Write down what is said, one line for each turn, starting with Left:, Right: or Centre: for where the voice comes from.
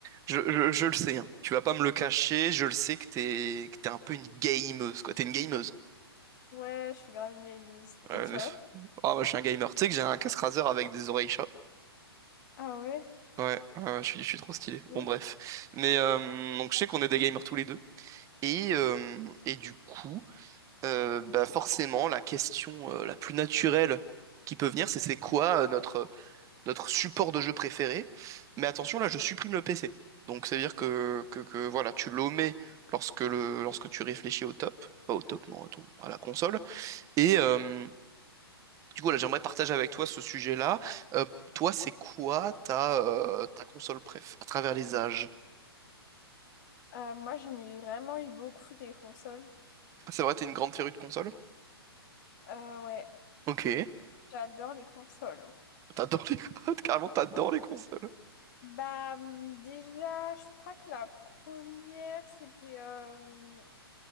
Right: Je, je- je le sais, hein. Tu vas pas me le cacher, je le sais que t'es que t'es un peu une gameuse, quoi. T'es une gameuse.
Left: Ouais, je suis grave une gameuse.
Right: Ouais,
Left: Et toi?
Right: mais- Ah, moi, je suis un gamer. Tu sais que j'ai un casse raser avec des oreilles chat.
Left: Ah ouais?
Right: Ouais, ouais, je suis, je suis trop stylé.
Left: Oui.
Right: Bon, bref. Mais euh, donc, je sais qu'on est des gamers tous les deux. Et, euh, et du coup, euh, bah forcément, la question euh, la plus naturelle qui peut venir, c'est c'est quoi euh, notre, notre support de jeu préféré. Mais attention, là, je supprime le PC. Donc, ça veut dire que, que, que, voilà, tu l'omets lorsque, le, lorsque tu réfléchis au top, pas au top, non, à, ton- à la console. Et euh, du coup, là, j'aimerais partager avec toi ce sujet-là. Euh, toi, c'est quoi ta, euh, ta console préf, à travers les âges?
Left: Euh, moi, j'en ai vraiment eu beaucoup des consoles.
Right: Ah, c'est vrai, t'es une grande férue de console?
Left: Euh, ouais,
Right: Ok.
Left: j'adore les consoles.
Right: T'adores les... <laughs> Carrément, t'adores les consoles.
Left: Bah, hum, déjà, je crois que la première, c'était euh,